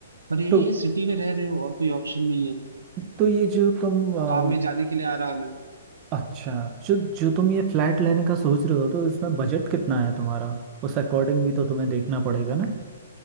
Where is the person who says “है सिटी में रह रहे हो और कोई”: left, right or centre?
Right